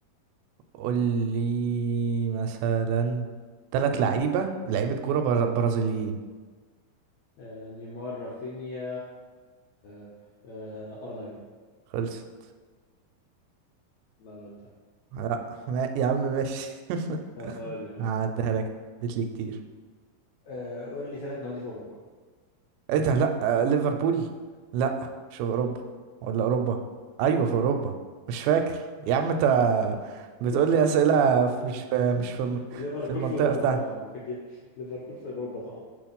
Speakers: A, on the right; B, on the left.
A: قول لي مثلا ثلاث لعيبه لعيبه كوره بر... برازيليين
B: آه... نيمار رافينيا آه... آه... ار 9
A: خلصت
B: ما انا قلتها
A: لا ما... يا عم ماشي <laughs>
B: طب اقول لك أقول
A: هعديها
B: لك.
A: لك اديت لي كتير
B: آه... قول لي ثلاث نوادي في اوروبا
A: ايه ده لا آه، ليفربول لا مش في اوروبا ولا اوروبا ايوه في اوروبا مش فاكر يا عم انت
B: خلصت خلاص
A: بتقول
B: خلصت
A: لي
B: خلصت
A: اسئله
B: <laughs>
A: في- مش في مش في
B: ليفربول
A: في المنطقه
B: في اوروبا
A: بتاعتي
B: طبعا ما فين كده ليفربول في اوروبا طبعا